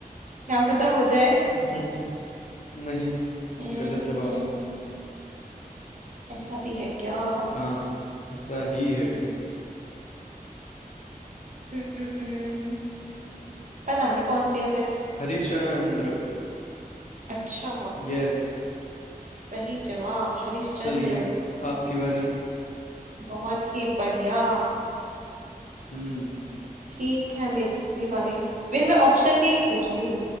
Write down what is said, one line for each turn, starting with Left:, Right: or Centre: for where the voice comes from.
Right: क्या पता हो जाए
Left: <laughs> नहीं
Right: हम्म,
Left: गलत जवाब
Right: हम्म, ऐसा भी है क्या हम्म,
Left: हाँ ऐसा ही है
Right: हम्म, हम्म, पता नहीं कौन सी है फिर
Left: हरिश्चंद्र
Right: अच्छा
Left: यस
Right: सही जवाब हरिश्चंद्र
Left: चलिए आपकी बारी
Right: बहुत ही बढ़िया
Left: हम्म
Right: ठीक है मेरी बारी फिर मैं ऑप्शन नहीं पूछूंगी